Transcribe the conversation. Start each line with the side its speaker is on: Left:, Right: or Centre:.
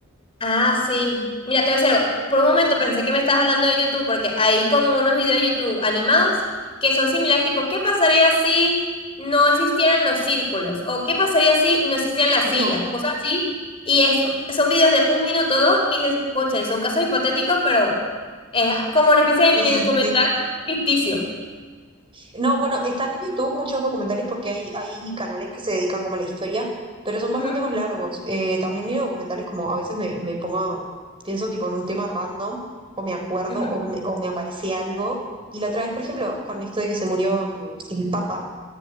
Left: Ah, sí. Mira, te voy a decir algo. Por un momento pensé que me estabas hablando de YouTube, porque hay como unos videos de YouTube animados que son similares, tipo, ¿qué pasaría si no existieran los círculos? O ¿qué pasaría si no existieran las sillas?
Right: No,
Left: Cosas así. Y es, son videos de un minuto o dos que dices, cónchale, son casos hipotéticos, pero es como una especie
Right: sí,
Left: de mini
Right: sí,
Left: documental
Right: sí.
Left: ficticio.
Right: No, bueno, están en YouTube muchos documentales porque hay, hay canales que se dedican como a la historia, pero son bastante
Left: Ujú,
Right: más largos. Eh, también miro documentales como a veces me, me pongo, pienso tipo en un tema random, o me acuerdo,
Left: ujú.
Right: o me, o me aparece algo. Y la otra vez, por ejemplo, con esto de que se murió mm, el Papa,